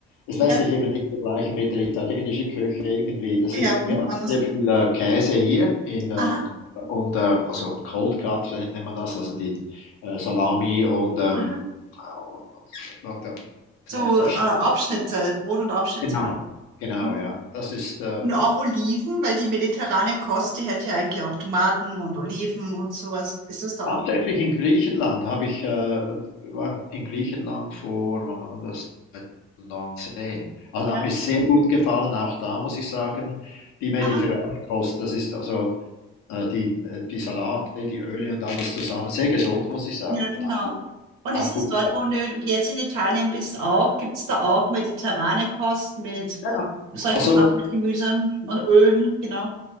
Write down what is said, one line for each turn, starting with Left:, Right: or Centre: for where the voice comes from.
Left: es
Right: Ja,
Left: lässt sich eben nicht vergleichen mit der italienischen Küche irgendwie. Das
Right: ja,
Left: ist wir haben
Right: anders.
Left: sehr viel, äh, Käse hier in, äh
Right: Aha,
Left: und und, äh, also Cold Cut nennt nennt man das, also die, äh, Salami und, ähm,
Right: aha.
Left: äh, und und noch da
Right: So
Left: noch da
Right: äh, Abschnitte, Brot und Abschnitte.
Left: genau, genau,
Right: Mhm.
Left: ja. Das ist, äh
Right: Und auch Oliven, weil die mediterrane Kost, die hat ja eigentlich auch Tomaten und Oliven und sowas. Ist das da
Left: Hauptsächlich
Right: auch?
Left: in Griechenland habe ich, äh, war in Griechenland vor, wann war das, 2019. Also das
Right: Ja,
Left: hat mir sehr gut gefallen, auch da muss ich sagen, die mediterrane
Right: aha,
Left: Kost, das ist also äh, die, äh, die Salate, die Öle und alles zusammen, sehr gesund, muss ich sagen.
Right: ja, genau.
Left: Und auch, gut-
Right: Und
Left: auch
Right: ist
Left: gut,
Right: es dort,
Left: ja.
Right: wo du jetzt in Italien bist, auch? Gibt es da auch mediterrane Kost mit
Left: Ja,
Right: solchen
Left: also
Right: Sachen, mit Gemüse und Ölen? Genau.